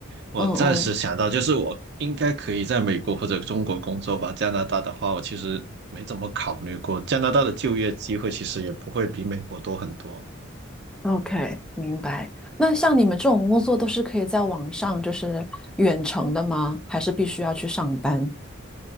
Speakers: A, on the right; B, in the centre.
A: 我暂时想到就是我应该可以在美国或者中国工作吧。
B: 嗯嗯
A: 加拿大的话，我其实没怎么考虑过，加拿大的就业机会其实也不会比美国多很多。
B: ，OK，明白。那像你们这种工作都是可以在网上就是远程的吗？还是必须要去上班？